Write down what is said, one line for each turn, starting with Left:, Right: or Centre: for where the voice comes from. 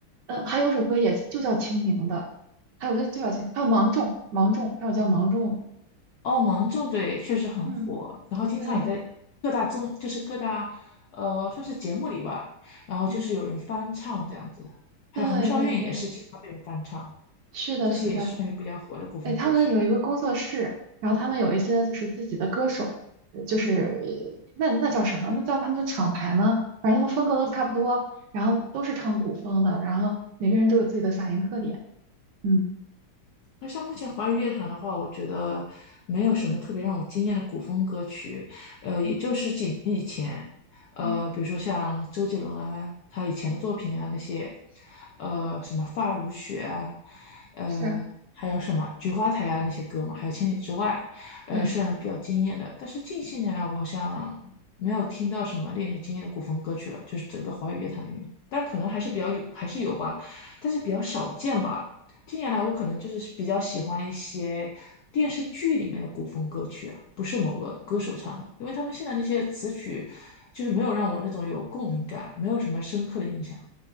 Right: 呃，还有一首歌也就叫清明的，还有叫就叫清，还有芒种，芒种，还有叫芒种的，
Left: 哦，芒种对，确实很火，
Right: 嗯，
Left: 然后经常也在各大综，
Right: 对，
Left: 就是各大呃算是节目里吧，然后就是有人翻唱这样子。
Right: 嗯，
Left: 还有红昭愿也是经常被人翻唱，
Right: 对对对，是的，
Left: 这些也是算是比较火的古风歌曲。
Right: 是的，哎，他们有一个工作室，然后他们有一些就是自己的歌手，呃就是呃那那叫什么？那叫他们的厂牌吗？反正他们风格都差不多，然后都是唱古风的，然后每个人都有自己的嗓音特点，嗯
Left: 那像目前华语乐坛的话，我觉得没有什么特别让我惊艳的古风歌曲。
Right: 嗯。
Left: 也就是几年以前，
Right: 嗯。
Left: 呃，
Right: 嗯
Left: 比如说像周杰伦啊，他以前的作品啊那些，
Right: 嗯，
Left: 呃，什么《发如雪》啊，呃，
Right: 是啊，
Left: 还有什么《菊花台》啊那些歌嘛，还有《千里之外》，呃，
Right: 对，
Left: 是让人比较惊艳的。但是近些年来，我好像没有听到什么令人惊艳的古风歌曲了，就是整个华语乐坛里面，但可能还是比较有，还是有吧，但是比较少见吧。近年来我可能就是比较喜欢一些电视剧里面的古风歌曲啊，
Right: 嗯，
Left: 不是某个歌手唱的，因为他们现在那些词曲就是没有让我那种有共鸣感，没有什么深刻的印象。